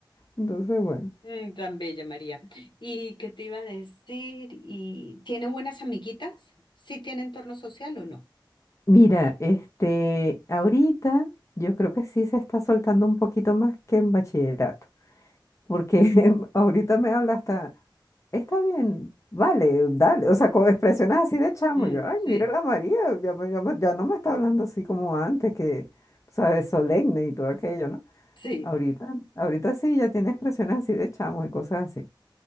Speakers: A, on the left; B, on the left.
A: Entonces, bueno.
B: Mm, Tan bella, María. ¿Y qué te iba a decir? ¿Y tiene buenas amiguitas? ¿Sí tiene entorno social o no?
A: Mira, este, ahorita yo creo que sí se está soltando un poquito más que en bachillerato. porque <laughs> ahorita me habla hasta, está bien, vale, dale, o sea, con expresiones así de chamo,
B: Mm,
A: yo, ay,
B: sí,
A: mira la María, ya, me- ya, me- ya no me está hablando así como antes, que, sabes, solemne y todo aquello, ¿no?
B: sí,
A: Ahorita, ahorita sí, ya tiene expresiones así de chamo y cosas así.